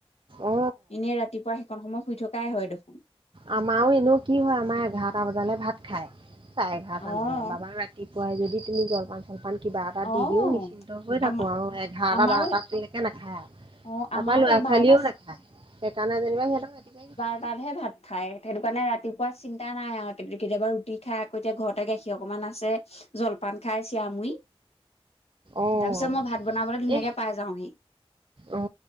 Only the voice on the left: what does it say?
এনে ৰাতিপুৱা সেইকণ সময় শুই থকাই হয় দেখোন।
অ',
অ',
আমাৰ
আমাৰো
অ',
আমাৰো
সেই
বাৰটা
এটাতহে ভাত খায়, সেইটো কাৰণে ৰাতিপুৱা চিন্তা নাই। নাই আৰু তে-কেতিয়াবা ৰুটি খাই আকৌ এতিয়া ঘৰতে গাখীৰ অকণমান আছে, জলপান খাই, চিয়া মুুৰি।
তাৰ পিছত মই ভাত বনাবলৈ ধুনীয়াকে
পাই যাওঁহি।